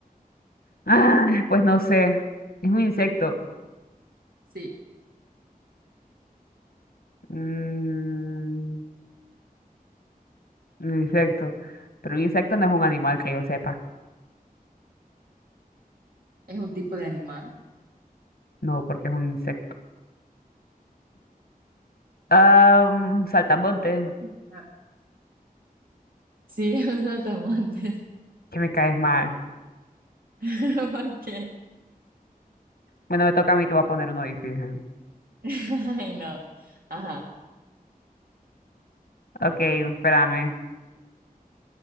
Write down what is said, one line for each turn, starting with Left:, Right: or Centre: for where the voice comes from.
Left: Ah, pues no sé, es un insecto.
Right: Sí,
Left: Mm, un insecto. Pero un insecto no es un animal que yo sepa.
Right: es un tipo de animal.
Left: No, porque es un insecto. Ah, saltamontes,
Right: Es un tipo de animal. Sí, <laughs> es un saltamontes.
Left: que me caes mal.
Right: <laughs> ¿Por qué?
Left: Bueno, me toca a mí, te voy a poner uno difícil.
Right: <laughs> Ay, no. Ajá.
Left: Ok, espérame.